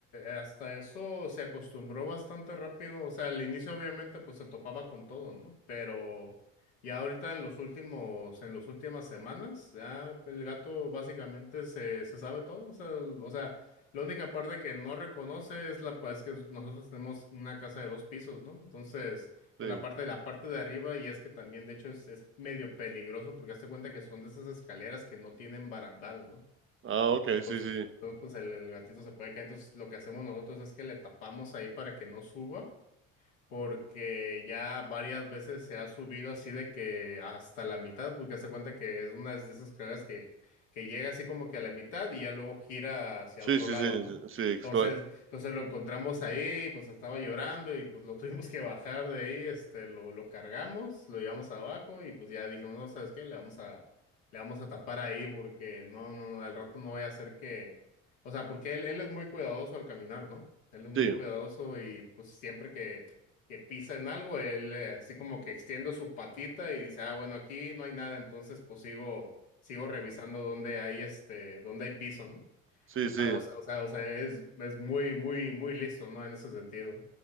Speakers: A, on the left; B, on the right.
A: eh, hasta eso se acostumbró bastante rápido. O sea, al inicio obviamente pues se topaba con todo, ¿no? Pero ya ahorita en los últimos, en las últimas semanas, ya el gato básicamente se, se sabe todo. O sea, el- o sea, la única parte que no reconoce es la, pa- es que nosotros tenemos una casa de dos pisos, ¿no? Entonces, por
B: Sí.
A: la parte de la parte de arriba, y es que también, de hecho, es, es medio peligroso porque hazte cuenta que son de esas escaleras que no tienen barandal, ¿no?
B: Ah, ok,
A: Entonces,
B: sí, sí.
A: ¿no? pues el, el gatito se puede caer. Entonces, lo que hacemos nosotros es que le tapamos ahí para que no suba porque ya varias veces se ha subido así de que hasta la mitad, porque hace cuenta que es una de esas escaleras que, que llega así como que a la mitad y ya luego gira hacia
B: Sí,
A: otro
B: sí,
A: lado,
B: sí, sí,
A: ¿no?
B: sí,
A: Entonces,
B: excla-
A: entonces lo encontramos ahí, pues estaba llorando y pues lo <laughs> tuvimos que bajar de ahí, este, lo, lo cargamos, lo llevamos abajo y pues ya dijimos, no, ¿sabes qué? Le vamos a, le vamos a tapar ahí porque no, no, no, al rato no voy a hacer que, o sea, porque él, él es muy cuidadoso al caminar, ¿no? Él es muy
B: sí,
A: cuidadoso y pues siempre que, que pisa en algo, él eh, así como que extiende su patita y dice, ah, bueno, aquí no hay nada, entonces pues sigo, sigo revisando dónde hay este, dónde hay piso, ¿no?
B: sí,
A: O sea,
B: sí,
A: o sea, o sea, o sea, es, es muy, muy, muy listo, ¿no? En ese sentido.